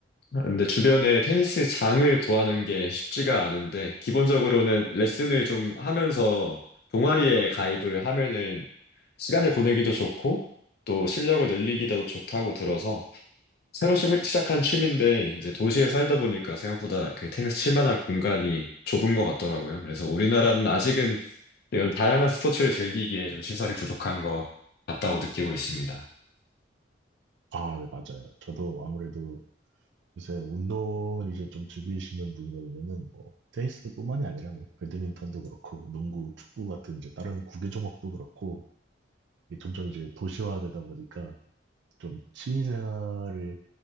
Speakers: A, on the left (about 50°); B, on the right (about 65°).
A: 근데 주변에 테니스 장을 구하는 게 쉽지가 않은데, 기본적으로는 레슨을 좀 하면서 동아리에 가입을 하면은 시간을 보내기도 좋고, 또 실력을 늘리기도 좋다고 들어서, 새로 시- 시작한 취미인데, 이제 도시에 살다 보니까 생각보다 그 테니스 칠 만한 공간이 좁은 것 같더라고요. 그래서 우리나라는 아직은 이런 다양한 스포츠를 즐기기에 좀 시설이 부족한 것 같다고 느끼고 있습니다.
B: 아, 네, 맞아요. 저도 아무래도 요새 운동을 이제 좀 즐기시는 분이다 보면은 뭐 테니스뿐만이 아니라 뭐 배드민턴도 그렇고 농구, 축구 같은 이제 다른 구기 종목도 그렇고 이게 점점 이제 도시화되다 보니까 좀 취미생활을